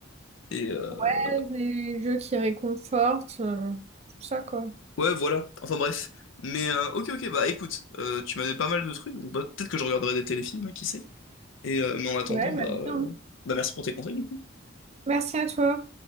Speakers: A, on the left (about 80°); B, on the right (about 35°).
A: Et euh,
B: Ouais, des jeux qui réconfortent, euh, tout ça, quoi.
A: ouais, voilà. Enfin bref. Mais euh, ok, ok, bah écoute, euh, tu m'as donné pas mal de trucs, donc bah, peut-être que je regarderai des téléfilms, hein, qui sait. Et euh, mais en attendant,
B: Ouais,
A: bah,
B: vas-y.
A: euh,
B: hein.
A: bah merci pour tes conseils. du coup.
B: Merci à toi.